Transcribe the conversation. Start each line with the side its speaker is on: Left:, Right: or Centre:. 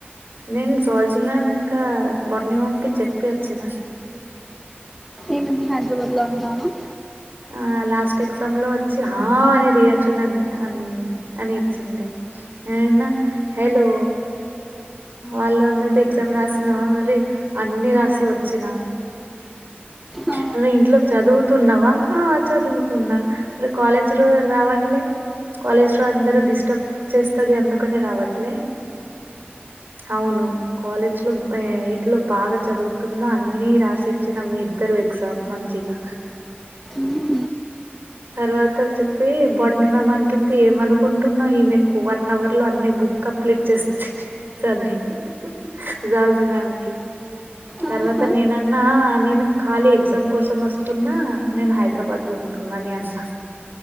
Right: నేను సోల్చి మ్యామ్ ఇంకా బట్ని మామ్కి చెప్పి వచ్చిన
Centre: ఏం అని హైదరాబాద్ లో ఉంటాను అన
Right: ఆ లాస్ట్ ఎగ్జామ్ లో వచ్చి ఆ అని రియాక్షన్ అ అని ఇచ్చింది అన్న హలో వాళ్ళు అన్నది ఎగ్జామ్ రాసినవా మరి అన్ని రాసి వచ్చినా
Centre: ఆ,
Right: ను ఇంట్లో చదువుతున్నావా ఆ చదువుతున్నా అ కాలేజీ రోజులు రావట్లే కాలేజ్ లో అందరు డిస్టర్బ్ చేస్తుది అందుకనే రావట్లే అవును కాలేజ్ లో ఇంట్లో బాగా చదువుతున్నా అన్ని రాసిచ్చిన మీ ఇద్దరు ఎస మంచిగా
Centre: మ్హూ,
Right: తర్వాత చెప్పి బోడ్నిమామ్ అంటుంది ఏమనుకుంటున్నా ఈమెకు వన్ అవర్ లో అన్ని బు కంప్లీట్ చేస్తుంది చది జూయాలాజీ మ్యామ్ క తర్వాత
Centre: ఆహా,
Right: నేనన్నా నేను ఖాళీ ఎగ్జామ్ కోసం వస్తున్నా నేను హైదరాబాద్ లో ఉంటున్నా బనియన్ సాక్స్